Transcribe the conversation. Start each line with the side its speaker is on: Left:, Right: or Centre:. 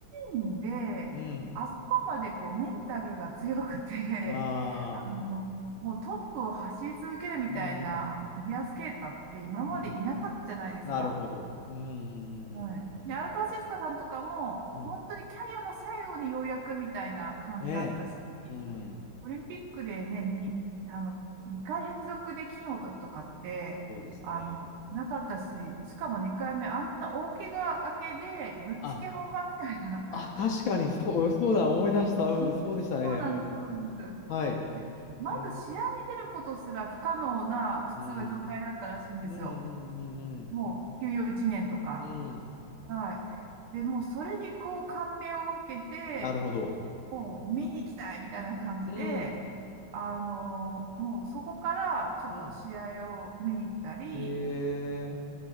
Right: 人で、
Left: うん
Right: あそこまでこうメンタルが強くて、
Left: ああ、
Right: <laughs> あの、もうトップを走り続けるみたいなあのフィギュアスケーターって今までいなかったじゃないですか。
Left: うん、うん、なるほど。うん、うん、うん、
Right: はい。
Left: うん、う
Right: で、荒川静香さんとかも、
Left: ん。うん
Right: 本当にキャリアの最後にようやくみたいな感じだったし、
Left: ねえ、うん、
Right: オリンピックでね、に、あの、2回連続で金を取るとかって、
Left: そうですね。
Right: あの、なかったし、しかも2回目、あんな大怪我明けで、ぶっつけ本番みたいな。
Left: あ、あ、確かに、そう、そうだ、思い出した。うん、
Right: <laughs>
Left: そうでしたね。
Right: そうなんです、
Left: うん。
Right: そうなんです。
Left: はい。
Right: でまず試合に出ることすら不可能な、
Left: えー
Right: 普通は状態だったらしいんですよ。
Left: うん。うんうんうん
Right: もう休養1年とか。
Left: うん。うん。
Right: はい。で、もうそれにこう感銘を受けて、
Left: なるほど。
Right: もう見に行きたいみたいな感じで、
Left: うん。
Right: あの、もうそこからちょっと試合を見に行ったり、
Left: うん。へえ。